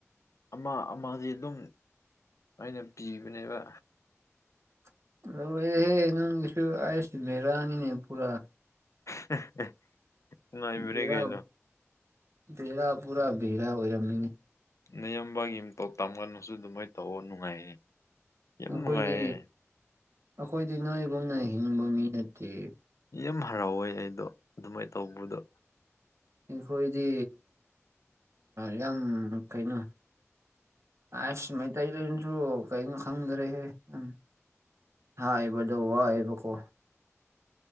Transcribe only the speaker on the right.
ꯑꯁ ꯂꯣꯏꯔꯦꯍꯦ ꯅꯪꯁꯨ ꯑꯁ ꯕꯤꯔꯅꯤꯅꯦ ꯄꯨꯔꯥ
ꯕꯦꯔꯥ
ꯕꯦꯔꯥ ꯄꯨꯔꯥ ꯕꯦꯔꯥ ꯑꯣꯏꯔꯃꯤꯅꯦ
ꯑꯩꯈꯣꯏꯗꯤ ꯑꯩꯈꯣꯏꯗꯤ ꯅꯣꯏꯒꯨꯝꯅ ꯍꯤꯡꯕ ꯃꯤ ꯅꯠꯇꯦ
ꯑꯩꯈꯣꯏꯗꯤ ꯌꯥꯝ ꯀꯩꯅꯣ ꯑꯁ ꯃꯩꯇꯩꯗꯅꯁꯨ ꯀꯩꯅꯣ ꯈꯪꯗꯔꯦꯍꯦ ꯌꯥꯝ ꯍꯥꯥ ꯏꯕꯗꯣ ꯋꯥꯏꯕꯀꯣ